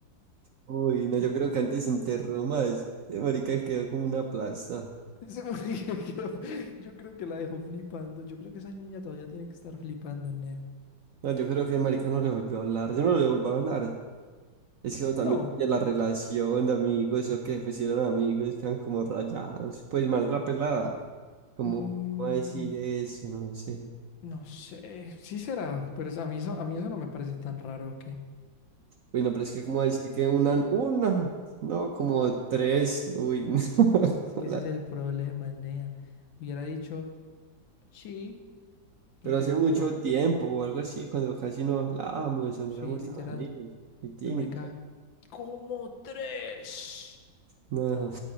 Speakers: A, on the right; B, on the left.
A: Uy, no, yo creo que antes se enterró más. El marica quedó como una plaza.
B: Sí, porque <laughs> Yo creo yo creo que la dejó flipando. Yo creo que esa niña todavía tiene que estar flipando, nea.
A: No, yo creo que el marica no le volvió a hablar, yo no le volví a hablar. Es que
B: No.
A: también ya la relación de amigos, o que pues si eran amigos, quedan como rayados. Pues más la pelada. ¿Cómo,
B: mm,
A: cómo decir eso? No sé.
B: no sé. Sí será, pero es- a mí eso, a mí eso no me parece tan raro que.
A: Uy, no, pero es que cómo decir que una, una, no, como tres, uy, <laughs>
B: Es
A: no,
B: que
A: la-
B: ese es el problema, nea. Hubiera dicho sí y
A: Pero
B: ya,
A: hace mucho
B: pero
A: tiempo o algo así, cuando casi no hablábamos o no
B: sí,
A: éramos
B: literal.
A: tan amigos. Y tin,
B: Pero marica,
A: y ya.
B: como tres.
A: No.